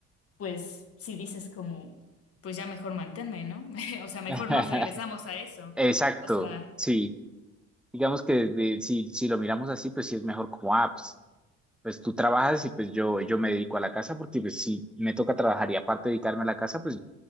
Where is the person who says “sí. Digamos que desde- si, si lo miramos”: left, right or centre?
Centre